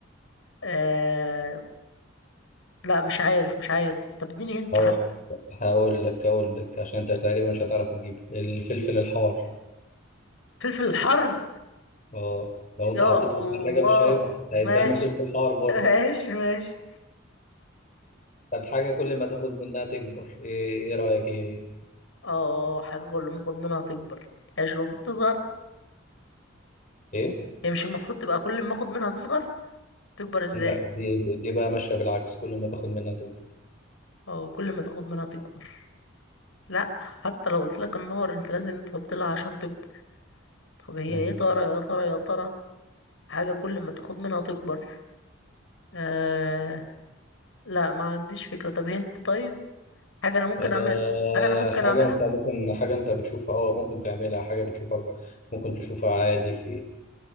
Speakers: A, on the left; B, on the left.
A: آه... لا مش عارف مش عارف طب اديني هنت
B: هقول
A: حتى
B: هقول لك هقول لك عشان انت تقريبا مش هتعرف تجيب الفلفل الحار
A: فلفل الحر
B: اه لو
A: يا
B: انت حطيته
A: الله
B: في الثلاجه مش هيكبر
A: ماشي
B: هيتدنوا فلفل حار
A: <laughs>
B: برضه
A: ماشي ماشي
B: طب حاجه كل ما تاخد منها تكبر ايه, إيه رايك هي ايه
A: اه حاجه كل ما اخد منها تكبر هي مش المفروض تصغر
B: ايه
A: هي مش المفروض تبقى كل ما اخد منها تصغر تكبر ازاي
B: لا دي دي دي بقى ماشيه بالعكس كل ما تاخد منها تكبر
A: اه كل ما تاخد منها تكبر لا حتى لو قلت لك النار انت لازم تحط لها عشان تكبر طب هي
B: مم.
A: ايه ترى يا ترى يا ترى حاجه كل ما تاخد منها تكبر آه... لا ما عنديش فكرة طب هنت طيب حاجة أنا ممكن
B: آه،
A: أعمل حاجة أنا ممكن
B: حاجة
A: أعملها
B: أنت ممكن حاجة أنت بتشوفها أه ممكن تعملها حاجة بتشوفها ممكن تشوفها عادي في